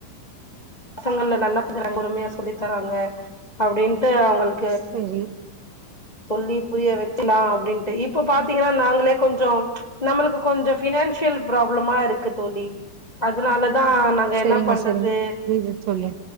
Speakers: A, on the left (about 20°); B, on the right (about 70°).
A: பசங்கள நல்லா பாக்குறாங்க பொறுமையா சொல்லி தராங்க அப்டின்ட்டு அவுங்களுக்
B: செரி
A: சொல்லி புரிய வச்சுலா அப்டின்ட்டு இப்ப பாத்தீங்கன்னா நாங்களே கொஞ்ச நம்மளுக்கு கொஞ்ச ஃபினான்சியல் ப்ராப்ளமா இருக்கு தோழி அதனாலதா நா அங்க
B: செரிங்க
A: என்ன பண்றது
B: செரிங்க புரியுது தோழி